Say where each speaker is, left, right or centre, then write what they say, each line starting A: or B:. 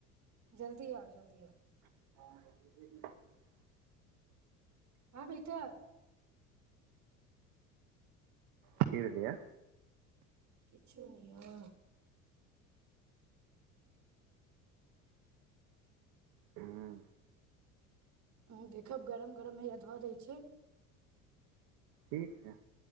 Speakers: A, on the right (about 40°); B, on the right (about 55°).
A: जल्दी आउ जल्दी आउ
B: <inaudible>
A: हँ बेटा
B: की भेल ये
A: किछु नहि यौ
B: हँ
A: हम देखब गरम गरम हया धऽ दै छी
B: ठीक छैै